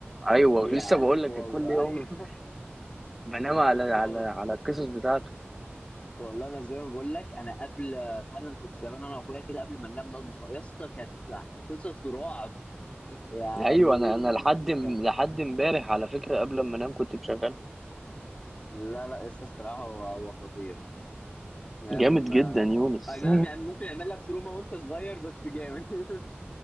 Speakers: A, in the centre; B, on the left.
A: ايوه
B: يعني
A: لسه بقول
B: والله
A: لك كل يوم
B: أي-
A: <laughs> بنام
B: <laughs>
A: على على
B: وال-
A: على القصص بتاعته
B: والله انا زي ما بقول لك انا قبل فعلا كنت زمان انا واخويا كده قبل ما ننام نقعد نتف- يا اسطى كانت قصص رعب يعني
A: ايوه انا انا لحد
B: كان
A: لحد امبارح على فكره قبل ما انام كنت بشغله
B: لا لا قصة الصراحة هو هو خطير يعني
A: جامد
B: ما-
A: جدا يونس
B: اي نعم يعني ممكن يعمل لك تروما وانت صغير بس جامد <laughs>